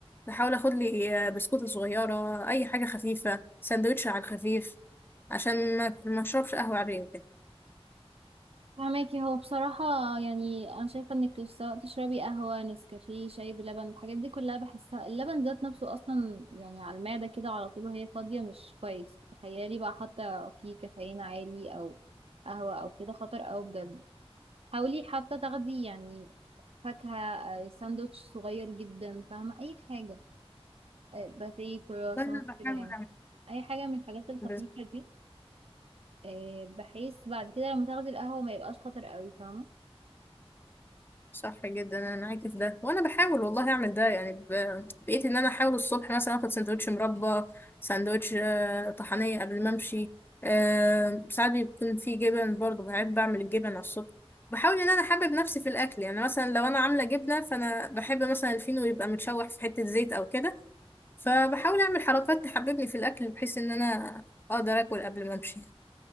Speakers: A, on the left; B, on the right.
A: بحاول اخد لي بسكوتة صغيرة اي حاجة خفيفة سندوتش على الخفيف عشان ما ما اشربش قهوة عادية كده
B: فهماكي هو بصراحة يعني أنا شايفة إنك سواء تشربي قهوة نسكافيه شاي بلبن الحاجات دي كلها بحسها اللبن ذات نفسه أصلا يعني على المعدة كده على طول وهي فاضية مش كويس تخيلي بقى حتى فيه كافيين عالي أو قهوة أو كده خطر أوي بجد حاولي حتى تاخدي يعني فاكهة آه، ساندوتش صغير جدا فاهمة أي حاجة آه، باتيه كرواسون
A: وانا بحاول
B: كده يعني
A: اعمل
B: أي حاجة من الحاجات الخفيفة
A: بس-
B: دي آه، بحيث بعد كده لما تاخدي القهوة ما يبقاش خطر أوي فاهمة
A: صح جدا انا معاكي في ده وانا بحاول والله اعمل ده يعني ب... بقيت ان انا احاول الصبح مثلا اخد سندوتش مربى سندوتش آه، طحنية قبل ما امشي آه، ساعات بيكون في جبن برضه بحب بعمل الجبن على الصبح بحاول ان انا احبب نفسي في الاكل يعني مثلا لو انا عامله جبنه فانا بحب مثلا الفينو يبقى متشوح في حته زيت او كده فبحاول اعمل حركات تحببني في الاكل بحيث ان انا اقدر اكل قبل ما امشي